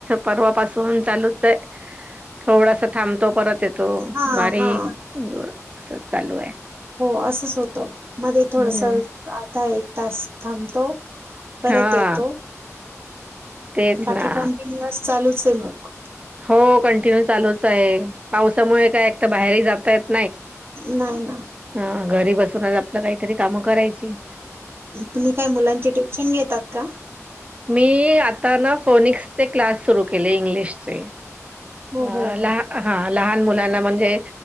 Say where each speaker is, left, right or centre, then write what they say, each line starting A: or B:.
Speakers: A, on the right; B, on the right.
A: परर्वापसून चालूच आहे, थोडसा थांबतो परत येतो. येतो
B: हा
A: बरिक
B: हा
A: अस चालू आहे.
B: हो असच होतो मध्ये
A: हम्म
B: थोडस आधा एक तास थांबतो. परत
A: हा
B: येतो
A: तेच
B: बाकी
A: ना
B: कंटिन्यअस चालू. से मग.
A: हो कंटिन्यू चालूच आहे पावसामुळे काय एक तर बाहेर जातात.
B: नाही. ना
A: ह घरी बसून आपलं काहीतरी कामं करायची.
B: तुम्ही काय मुलांचे ट्युशन घेतात का.
A: मी आता ना फोनिक्सचे क्लास सुरू केले इंग्लिशचे
B: हो
A: अ
B: हो हो.
A: हा लहान मुलांना म्हणजे